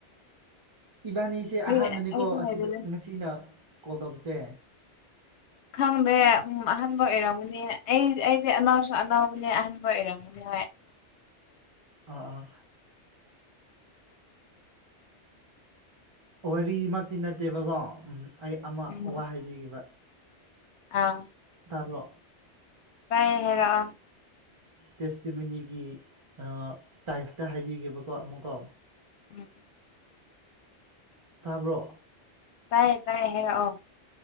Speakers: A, on the right (about 40°); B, on the left (about 75°).
A: ꯏꯕꯥꯅꯤꯁꯦ
B: ꯑꯩꯈꯣꯏ
A: ꯑꯍꯥꯟꯕꯅꯤꯀꯣ
B: ꯑꯩꯁꯨ
A: ꯑꯁꯤꯗ
B: ꯍꯥꯏꯕꯤꯒꯦ
A: ꯉꯁꯤꯅ ꯀꯣꯜ ꯇꯧꯕꯁꯦ
B: ꯈꯪꯗꯦ ꯑꯍꯥꯟꯕ ꯑꯣꯏꯔꯝꯒꯅꯤ ꯑꯩ ꯑꯩꯗꯤ ꯑꯅꯥꯎꯁꯨ ꯑꯅꯧꯕꯅꯦ ꯑꯍꯟꯕ ꯑꯣꯏꯔꯝꯒꯅꯤ ꯍꯥꯏ <inaudible>
A: ꯑꯥ ꯑꯥ ꯋꯥꯔꯤꯃꯛꯇꯤ ꯅꯠꯇꯦꯕꯀꯣ ꯎꯝ ꯑꯩ ꯑꯃ
B: ꯎꯝ
A: ꯋꯥ ꯍꯥꯏꯕꯤꯒꯦꯕ
B: ꯑꯥ
A: ꯇꯥꯕ꯭ꯔꯣ
B: ꯥꯇꯥꯏꯌꯦ ꯍꯥꯏꯔꯛꯑꯣ
A: ꯇꯦꯁꯇꯤꯃꯅꯤꯒꯤ ꯑꯥ ꯇꯥꯏꯞꯇ ꯍꯥꯏꯕꯤꯒꯦꯕꯀꯣ ꯑꯃꯨꯛꯀꯣ
B: ꯎꯝ
A: ꯇꯥꯕ꯭ꯔꯣ
B: ꯇꯥꯏ ꯇꯥꯏꯌꯦ ꯍꯥꯏ ꯔꯛ ꯑꯣ